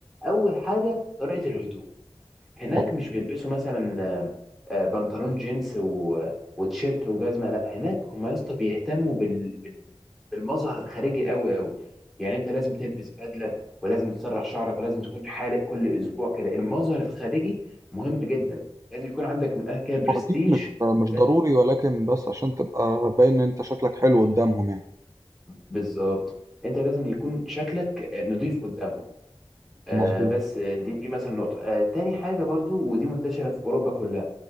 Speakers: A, in the centre; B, on the right.
A: اول حاجه طريقه الهدوم هناك
B: هو
A: مش بيلبسوا مثلا آه، آه، بنطلون جينز و- وتيشيرت وجزمه لا هناك هم يا اسطى بيهتموا بال... بال... بالمظهر الخارجي قوي قوي يعني انت لازم تلبس بدله ولازم تسرح شعرك ولازم تكون حالق كل اسبوع كده المظهر الخارجي مهم جدا لازم يكون عندك من الآخر كده برستيج
B: أكيد مش مش
A: لا،
B: ضروري ولكن بس عشان تبقى باين إن أنت شكلك حلو قدامهم يعني
A: بالظبط انت لازم يكون شكلك نظيف قدامهم آه،
B: مظبوط
A: بس آه، دي دي مثلا نقطة آه، تاني حاجة برضو ودي منتشرة في أوروبا كلها